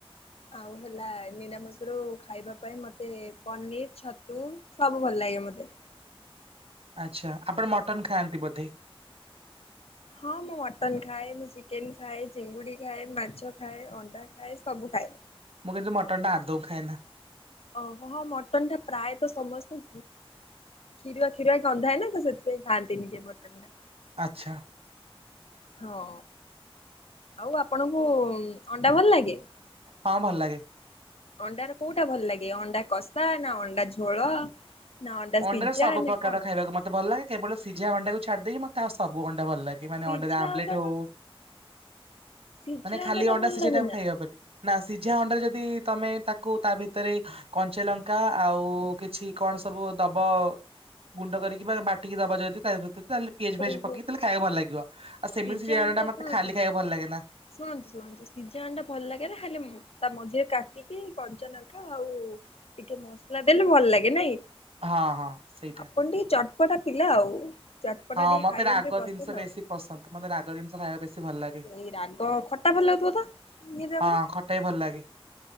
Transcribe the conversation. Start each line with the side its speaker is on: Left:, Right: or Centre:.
Left: ଆଉ ହେଲା ନିରାମିଷରୁ ଖାଇବା ପାଇଁ ମୋତେ ପନିର, ଛତୁ ସବୁ ଭଲ ଲାଗେ ମୋତେ।
Right: ଆଚ୍ଛା ଆପଣ ମଟନ ଖାଆନ୍ତି ବୋଧେ।
Left: ହଁ ମୁଁ ମଟନ୍ ଖାଏ ମୁଁ ଚିକେନ ଖାଏ ଚିଙ୍ଗୁଡ଼ି ଖାଏ ମାଛ ଖାଏ ଅଣ୍ଡା ଖାଏ ସବୁ ଖାଏ।
Right: ମୁଁ କିନ୍ତୁ ମଟନ୍ ଟା ଆଦୌ ଖାଏ ନା।
Left: ଓହୋ ହୋ ମଟନ ଟା ପ୍ରାୟତ ସମସ୍ତେ ଖୀରୁଆ ଖୀରୁଆ ଗନ୍ଧାଏ ନା ତ ସେଥିପାଇଁ ଖାନ୍ତିନି କିଏ ମଟନ ଟା।
Right: ଆଚ୍ଛା।
Left: ହଁ ଆଉ ଆପଣଙ୍କୁ ଅଣ୍ଡା ଭଲ ଲାଗେ?
Right: ହଁ ଭଲ ଲାଗେ।
Left: ଅଣ୍ଡାରେ କୋଉଟା ଭଲ ଲାଗେ ଅଣ୍ଡା କଷା ନା ଅଣ୍ଡା ଝୋଳ? ନା ଅଣ୍ଡା
Right: ଅଣ୍ଡାରେ
Left: ସିଝା
Right: ସବୁ
Left: ନା
Right: ପ୍ରକାର
Left: କଣ?
Right: ଖାଇବାକୁ ମତେ ଭଲ ଲାଗେ। କେବଳ ସିଝା ଅଣ୍ଡାକୁ ଛାଡି ଦେଇକି ମତେ ଆଉ ସବୁ ଅଣ୍ଡା ଭଲ ଲାଗେ ମାନେ
Left: ସିଝା
Right: ଅଣ୍ଡା ରେ ଆମଲେଟ୍ ହଉ।
Left: ଟା ସିଝା
Right: ମାନେ ଖାଲି
Left: ଟା
Right: ଅଣ୍ଡା
Left: ଭଲ
Right: ସିଝଟା
Left: ଲାଗେ ନା?
Right: ଖାଇ ହବନି। ନା ସିଝା ଅଣ୍ଡା ରେ ଯଦି ତମେ ତାକୁ ତା ଭିତରେ କଞ୍ଚାଲଙ୍କା ଆଉ କିଛି କଣ ସବୁ ଦବ ଗୁଣ୍ଡ କରିକି ବା ବାଟିକି ଦବ ଯଦି ତା ଭିତରେ ତାହେଲେ ପିଆଜ ଫିଆଜ
Left: ଓହୋ
Right: ପକେଇ ତାହେଲେ ଖାଇବାକୁ ଭଲ ଲାଗିବ, ଆଉ ସେମିତି
Left: ସିଝା ଅଣ୍ଡା
Right: ଟା ମତେ
Left: ଶୁଣ
Right: ଖାଲି
Left: ଶୁଣ
Right: ଖାଇବା ଭଲ ଲାଗେ ନା।
Left: ଶୁଣନ୍ତୁ ଶୁଣନ୍ତୁ। ସିଝା ଅଣ୍ଡା ଭଲ ଲାଗେ ନା ଖାଲି ତା ମଝିରେ କାଟିକି କଞ୍ଚା ଲଙ୍କା ଆଉ ଟିକେ ମସଲା ଦେଲେ ଭଲ ଲାଗେ ନାଇଁ।
Right: ହଁ ହଁ ସେଇଟା।
Left: ଆପଣ ଟିକେ ଚଟପଟା ପିଲା ଆଉ। ଚଟପଟା
Right: ହଁ
Left: ଟିକେ
Right: ମତେ
Left: ଖାଇବାକୁ
Right: ରାଗ
Left: ଟିକେ ପସନ୍ଦ
Right: ଜିନିଷ ବେଶୀ
Left: ଆଉ।
Right: ପସନ୍ଦ, ମତେ ରାଗ ଜିନିଷ ଖାଇବା ବେଶୀ ଭଲ ଲାଗେ।
Left: ଏଇ ରାଗ ଖଟା ଭଲ ଲାଗୁଥିବ ତ ନିହାତି ଭାବରେ
Right: ହଁ ଖଟା ବି ଭଲ ଲାଗେ।